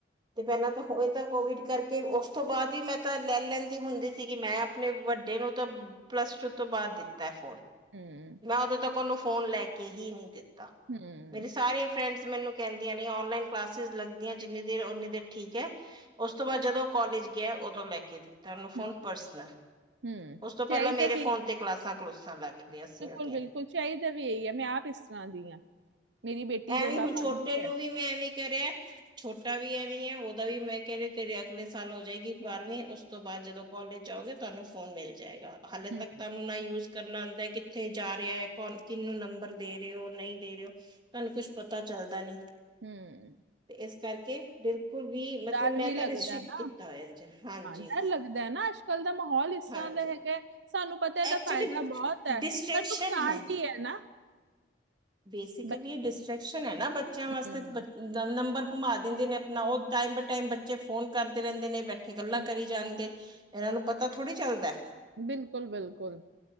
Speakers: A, on the right; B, on the right.
A: ਤੇ ਪਹਿਲਾਂ ਤਾਂ ਹੋ ਇਹ ਤਾਂ ਕੋਵਿਡ ਕਰਕੇ ਉਸ ਤੋਂ ਬਾਅਦ ਈ ਮੈਂ ਤਾਂ ਲੈ ਲੈਂਦੀ ਹੁੰਦੀ ਸੀਗੀ, ਮੈਂ ਆਪਣੇ ਵੱਡੇ ਨੂੰ ਤਾਂ ਪਲੱਸ- ਟੂ ਤੋਂ ਬਾਅਦ ਦਿੱਤਾ ਐ ਫੋਨ
B: ਹਮ
A: ਮੈਂ ਉਦੋਂ ਤੱਕ ਉਹਨੂੰ ਫੋਨ ਲੈ ਕੇ ਹੀ ਨੀ ਦਿੱਤਾ,
B: ਹੂੰ
A: ਮੇਰੀ ਸਾਰੀਆਂ ਫਰੈਂਡਸ ਮੈਨੂੰ ਕਹਿੰਦੀਆਂ ਨੇ ਔਨਲਾਈਨ ਕਲਾਸਿਸ ਲਗਦੀਆਂ ਜਿੰਨੀ ਦੇਰ ਓਨੀ ਦੇਰ ਠੀਕ ਐ। ਉਸ ਤੋਂ ਬਾਅਦ ਜਦੋਂ ਕੋਲਜ ਗਿਆ ਉਦੋਂ ਲੈ ਕੇ ਤੁਹਾਨੂੰ ਫੋਨ
B: ਹੂੰ
A: ਪਰਸਨਲ,
B: ਹੂੰ
A: ਉਸ ਤੋਂ ਪਹਿਲਾਂ
B: ਚਾਹੀਦਾ
A: ਮੇਰੇ
B: ਵੀ
A: ਫੋਨ ਤੇ ਕਲਾਸਾਂ- ਕਲੋਸਾਂ ਲੱਗਦੀਆਂ ਸੀਆ।
B: ਬਿਲਕੁ, ਬਿਲਕੁਲ ਚਾਹੀਦਾ ਵੀ ਇਹੀ ਐ, ਮੈਂ ਆਪ ਇਸ ਤਰ੍ਹਾਂ ਦੀ ਆ, ਮੇਰੀ ਬੇਟੀ
A: ਐਵੇਂ
B: ਰੌਲਾ
A: ਹੁਣ
B: ਪਾਂਦੀ
A: ਛੋਟੇ ਨੂੰ
B: ਐ।
A: ਵੀ ਮੈਂ ਐਵੇਂ ਕਰਿਆ। ਛੋਟਾ ਵੀ ਐਵੇਂ ਈ ਆ, ਉਹਦਾ ਵੀ ਮੈਂ ਕਹਿ ਰ ਤੇਰੇ ਅਗਲੇ ਸਾਲ ਹੋ ਜਾਏਗੀ ਬਾਰਵੀਂ, ਉਸ ਤੋਂ ਬਾਅਦ ਜਦੋਂ ਕਾਲਜ ਜਾਓਗੇ, ਤੁਹਾਨੂੰ ਫੋਨ ਮਿਲ ਜਾਏਗਾ। ਹਾਲੇ
B: ਹੂੰ
A: ਤੱਕ ਤਾ ਉਨੂੰ ਨਾ ਯੂਜ ਕਰਨਾ ਆਂਦਾ ਐ, ਕਿੱਥੇ ਜਾ ਰਿਹਾ ਐ ਕੋਨ ਕਿਹਨੂੰ ਨੰਬਰ ਦੇ ਰਹੇ ਓ ਨਹੀਂ। ਦੇ ਰਹੇ ਓ ਤਾਨੂੰ ਕੁੱਛ ਪਤਾ ਚੱਲਦਾ ਨੀ।
B: ਹਮ
A: ਤੇ ਇਸ ਕਰਕੇ ਬਿਲਕੁਲ ਵੀ ਮਤਲਬ
B: ਡਰ
A: ਮੈਂ
B: ਵੀ ਲੱਗਦਾ
A: ਤਾਂ ਰਿਸਟ੍ਰਿਕਟ
B: ਹੈ ਨਾ
A: ਕੀਤਾ ਹੋਇਆ ਚ' ਹਾਂਜੀ।
B: ਹਾਂ ਡਰ ਲੱਗਦਾ ਹੈ ਨਾ ਅੱਜਕੱਲ ਦਾ ਮਾਹੌਲ ਇਸ
A: ਹਾਂਜੀ।
B: ਤਰ੍ਹਾਂ ਦਾ ਹੈਗਾ ਹੈ, ਸਾਨੂੰ ਪਤਾ ਇਹਦਾ
A: ਐਕਚੁਲੀ
B: ਫਾਇਦਾ ਬਹੁਤ ਹੈ
A: ਡਿਸਟਰ੍ਰੈਕਸ਼ਨ
B: ਪਰ ਨੁਕਸਾਨ
A: ਹੈ।
B: ਵੀ ਨਾ
A: ਬੇਸਿਕਲੀ
B: ਬ-
A: ਡਿਸਟਰ੍ਰੈਕਸ਼ਨ ਹੈ ਨਾ ਬੱਚਿਆਂ ਵਾਸਤੇ
B: ਹੂੰ,
A: ਨੰਬਰ ਘੁਮਾ ਦਿੰਦੇ ਨੇ ਆਪਣਾ ਉਹ ਟਮ ਬਾ ਟਾਈਮ ਬੱਚੇ ਫੋਨ ਕਰਦੇ ਰਹਿੰਦੇ ਨੇ ਬੈਠੇ। ਥੇ ਗੱਲਾਂ
B: ਹੂੰ,
A: ਕਰੀ ਜਾਣਗੇ, ਇਹਨਾਂ ਨੂੰ ਪਤਾ ਥੋੜ੍ਹੀ ਚੱਲਦਾ।
B: ਬਿਲਕੁਲ ਬਿਲਕੁਲ